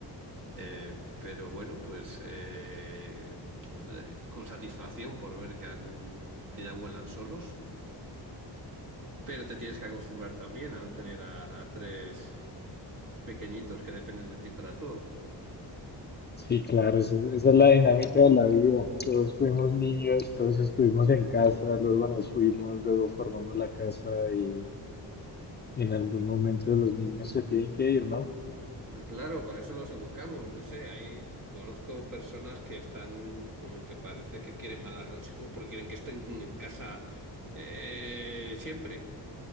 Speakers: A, on the right (about 50°); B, on the left (about 25°).
A: Eh, pero bueno, pues eh, eh, con satisfacción por ver que, han- que ya vuelan solos, pero te tienes que acostumbrar también a no tener a, a tres pequeñitos que dependen de ti para todo.
B: Sí, claro, esa, esa es la dinámica de la vida. Todos fuimos niños, todos estuvimos en casa, luego nos fuimos, luego formamos la casa y En algún momento los niños se tienen que ir, ¿no?
A: Claro, para eso los educamos, no sé, ahí conozco personas que están como que parece que quieren mal a los hijos porque quieren que estén en casa eh, siempre.